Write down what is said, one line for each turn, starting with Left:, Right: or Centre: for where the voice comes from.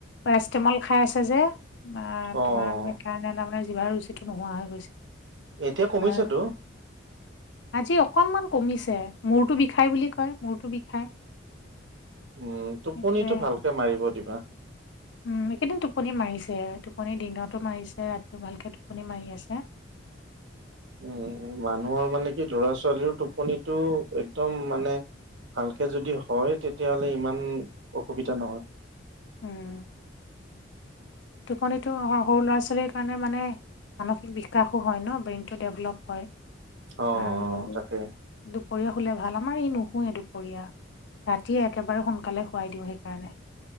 Left: পেৰাচিতামল খাই আছে যে অ'
Right: অ',
Left: তোমাৰ সেইকাৰণে তাৰমানানে জিভাৰ ৰুচিটো নোহোৱা হৈ গৈছে।
Right: এতিয়া কমিছেতো?
Left: আৰু আজি অকনমান কমিছে। মূৰটো বিষাই বুলি কয়, মূৰটো বিষাই।
Right: উম, টোপনিটো
Left: সেইটোৱে
Right: ভালকে মাৰিব দিবা।
Left: উম, একেইদিন টোপনি মাৰিছে, টোপনি দিনতো মাৰিছে ৰাতিও ভালকে টোপনি মাৰি আছে। <inaudible>
Right: উম, উম, উম। মানুহৰ মানে কি ল'ৰা ছোৱালীৰ টোপনিটো একদম মানে ভালকে যদি হয় তেতিয়াহ'লে ইমান অসুবিধা নহয়।
Left: উম। টোপনিটো স-সৰু ল'ৰা ছোৱালীৰ কাৰণে মানে মানসিক বিকাশো হয় ন' ব্ৰেইনটো ডেভেলপ হয়
Right: অ',
Left: আৰু দুপৰীয়া
Right: তাকে
Left: শুলে ভাল, আমাৰ ই নুশুৱে দুপৰীয়া। ৰাতি একেবাৰে সোনকালে শুৱাই দিওঁ সেইকাৰণে,